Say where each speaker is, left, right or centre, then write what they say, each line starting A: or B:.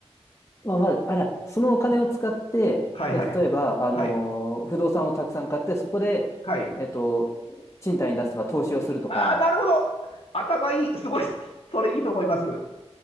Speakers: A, on the left (about 25°); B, on the left (about 60°).
A: まあ、まず、あら、そのお金を使って、
B: はいはいはい。
A: じゃあ例えば、あのー不動産をたくさん買って、
B: はい。
A: そこで、
B: はい。
A: えっと、賃貸に出すとか、投資をするとか、
B: ああ、なるほど。頭いい。すごい。それいいと思います。